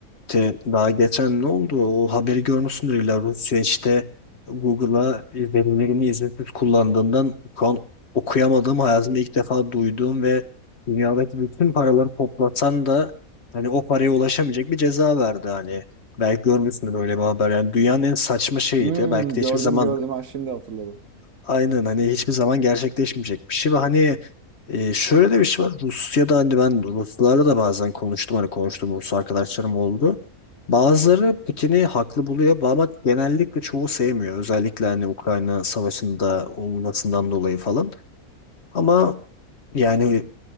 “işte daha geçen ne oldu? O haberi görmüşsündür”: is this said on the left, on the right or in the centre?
Left